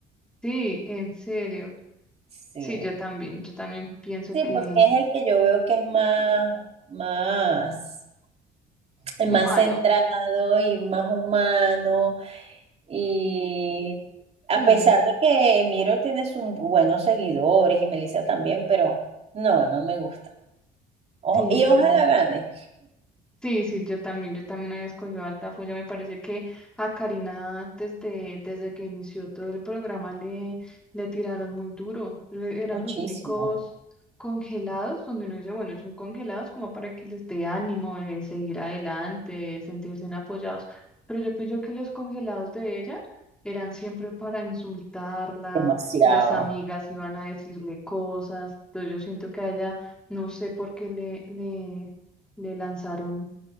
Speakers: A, in the centre; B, on the right (about 40°).
A: Sí, en serio.
B: Sí.
A: Sí, yo también. Yo también pienso
B: Sí,
A: que
B: porque es el que yo veo que es más, más, el
A: humano.
B: más centrado y más humano Y a
A: Sí,
B: pesar de que Miro tiene sus buenos seguidores y Melissa también, pero no, no me gusta. O-
A: sí,
B: y
A: sí.
B: ojalá gane.
A: Sí, sí, yo también, yo también había escogido a Altafulla. Me parece que a Karina desde, desde que inició todo el programa le, le tiraron muy duro. E- Eran
B: Muchísimo.
A: los únicos congelados donde uno dice, bueno, son congelados como para que les dé ánimo de seguir adelante, de sentirse apoyados. Pero yo pienso que los congelados de ella eran siempre para insultarla,
B: Demasiado.
A: las amigas iban a decirle cosas. Entonces yo siento que a ella, no sé por qué le, le, le lanzaron